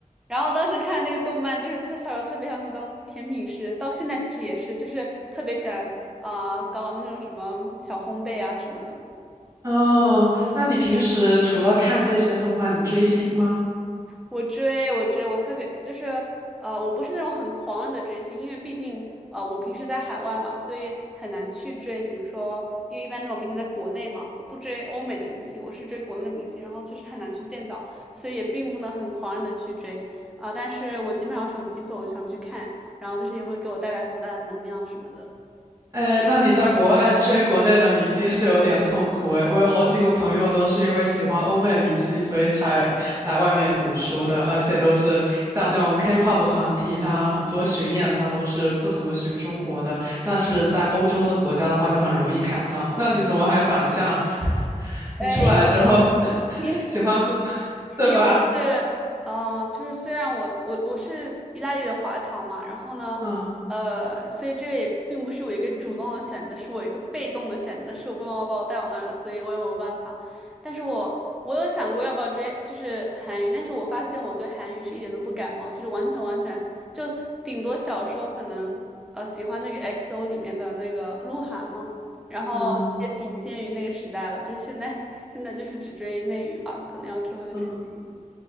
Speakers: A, in the centre; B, on the right.
A: 然后当时看那个动漫，就是特小时候特别想去当甜品师，到现在其实也是，就是特别喜欢啊、搞那种什么小烘焙啊什么的。
B: 哦，那你平时除了看这些动漫，你追星吗？
A: 我追我追我特别就是呃，我不是那种很狂热的追星，因为毕竟呃，我平时在海外嘛，所以很难去追。比如说，因为一般这种明星在国内嘛，我不追欧美的明星，我是追国内的明星，然后就是很难去见到，所以也并不能很狂热的去追啊、但是我基本上是有机会，我就想去看，然后就是也会给我带来很大的能量什么的。
B: 哎，那你在国外追国内的明星是有点痛苦哎。我有好几个朋友都是因为喜欢欧美明星，所以才来外面读书的。而且就是像那种 K-pop 团体，它很多巡演它都是不怎么巡中国的，但是在欧洲的国家的话就很容易看到。那你怎么还反向？<laughs>
A: 呃，
B: 你出来之后
A: 因为
B: <laughs>
A: 因
B: 喜欢过，对吧？
A: 因为我是，嗯、就是虽然我我我是意大利的华侨嘛，然后呢，
B: 嗯
A: 呃，所以这个也并不是我一个主动的选择，是我一个被动的选择，是我爸爸妈妈把我带到那儿的，所以我也没有办法。但是我我有想过要不要追，就是韩语，但是我发现我对韩语是一点都不感冒，就是完全完全就顶多小时候可能呃喜欢那个 XO 里面的那个鹿晗嘛，然后也仅限于那个时代了，
B: 嗯。
A: 就是现在现在就是只追内娱吧，可能要追的话就追。
B: 嗯
A: 内娱。